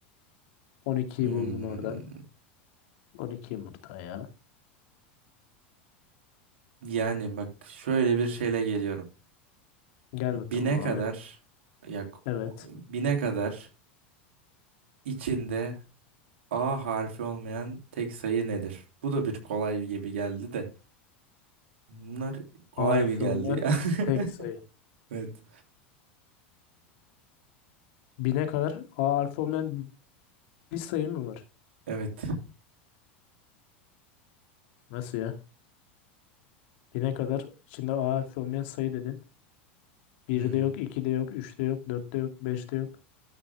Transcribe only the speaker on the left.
12'yi
buldum oradan. 12 yumurta ya.
Gel
bakalım abi.
Evet.
A harfi
olmayan
tek sayı.
Bine kadar A harfi olmayan bir sayı mı var?
Nasıl ya? Bine kadar içinde A harfi olmayan sayı dedin. Birde
yok, 2'de yok, üçte yok, dörtte yok, beşte yok.